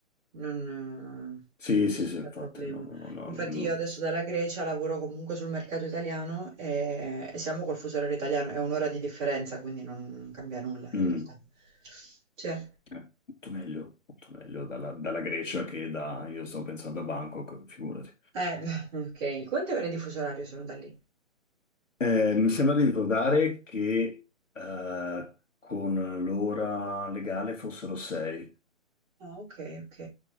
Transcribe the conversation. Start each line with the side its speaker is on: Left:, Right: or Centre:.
Right: Non...
Left: Sì, sì, sì, infatti,
Right: C'è problema.
Left: no, no, no,
Right: Infatti
Left: no, no.
Right: io adesso dalla Grecia lavoro comunque sul mercato italiano e, e siamo col fuso orario italiano, è un'ora di differenza, quindi non, non cambia nulla in
Left: Mm.
Right: realtà. Cioè,
Left: Eh, Molto meglio, molto meglio dalla, dalla Grecia che da... Io stavo pensando a Bangkok, figurati.
Right: eh, <laughs> beh, ok, quante ore di fuso orario sono da lì?
Left: Eh, mi sembra di ricordare che eh, con l'ora legale fossero sei.
Right: Ah, ok, ok.